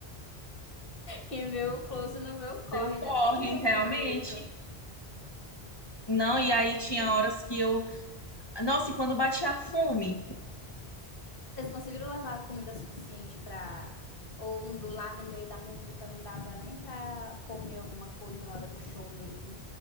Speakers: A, on the left (about 60°); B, on the left (about 25°).
A: Quem vê o close não vê o corre,
B: Deu corre,
A: né? Bem resumo
B: realmente.
A: isso.
B: Não, e
A: Cara,
B: aí tinha
A: pois
B: horas que eu. Nossa, e quando batia a fome?
A: Vocês conseguiram levar comida suficiente para Ou lá no meio da muvuca não dava nem pra comer alguma coisa na hora do show mesmo?